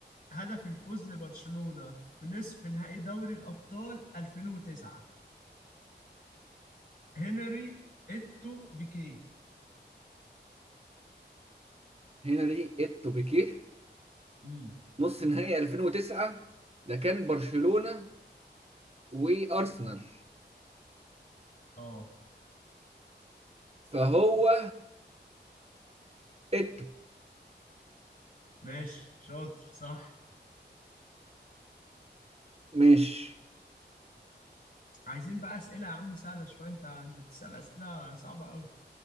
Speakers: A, on the left; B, on the right.
A: هدف الفوز لبرشلونه في نصف نهائي دوري الابطال 2009 هنري اتو بيكيه
B: هنري التوبيكيه
A: امم
B: نص نهائي 2009 ده كان برشلونة وارسنال
A: اه
B: فهو اتو
A: ماشي شاطر صح
B: ماشي
A: عايزين بقى اسئله يا عم سهله شويه انت انت بتسال اسئله صعبه قوي